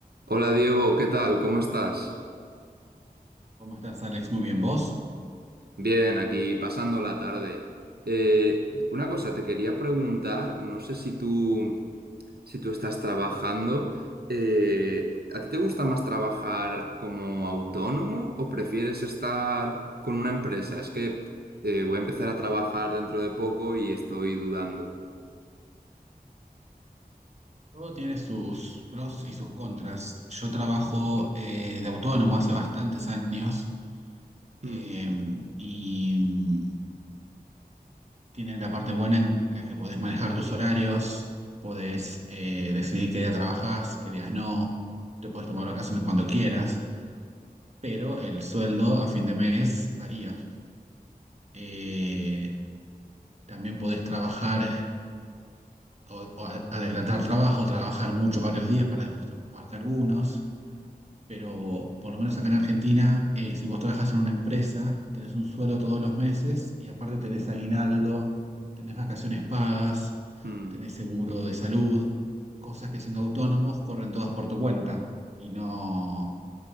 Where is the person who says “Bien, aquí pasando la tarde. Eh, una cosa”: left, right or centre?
Right